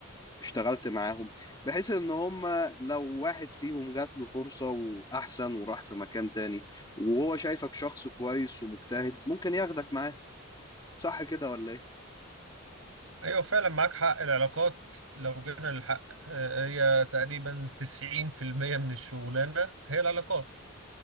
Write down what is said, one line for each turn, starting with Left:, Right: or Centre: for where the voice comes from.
Left: اشتغلت معاهم بحيث ان هم لو واحد فيهم جات له فرصه واحسن وراح في مكان تاني وهو شايفك شخص كويس ومجتهد ممكن ياخدك معاه صح كده ولا ايه
Right: ايوه فعلا معاك حق العلاقات لو جينا للحق آه، هي تقريبا 90% من الشغلانة هي العلاقات